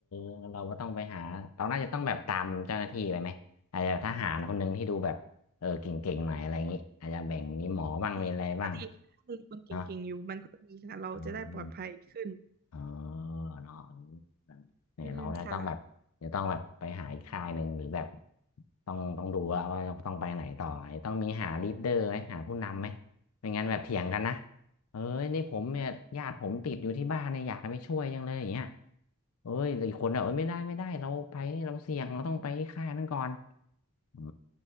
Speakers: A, on the left; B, on the right.
A: เออเราก็ต้องไปหาเราน่าจะต้องแบบตามเจ้าหน้าที่ไปไหมอาจจะทหารคนหนึ่งที่ดูแบบเออเก่งๆหน่อยอะไรอย่างงี้อาจจะแบ่งมีหมอบ้างมีอะไรบ้าง
B: ดีก็ดีก็ดีคนเก่งๆอยู่มันก็ดีค่ะเราจะได้ปลอดภัยขึ้น
A: เนาะอืม เออเนาะเอนี่ยเราเนี่ยต้องแบบจะต้องแบบไปหาอีกค่ายหนึ่งหรือแบบ
B: อืมค่ะ
A: ต้องต้องดูว่าว่าต้องไปไหนต่อไอ้ต้องมีหาลีดเดอร์ไหมหาผู้นำไหมไม่งั้นแบบเถียงกันนะเอ้ยนี่ผมเนี่ยญาติผมติดอยู่ที่บ้านเนี่ยอยากให้ไปช่วยจังเลยอย่างเงี้ยเอ้ยแต่อีกคนอ่ะเอ้ยไม่ได้ไม่ได้เราไปเนี่ยเราเสี่ยงเราต้องไปที่ค่ายนั้นก่อน อ๋อ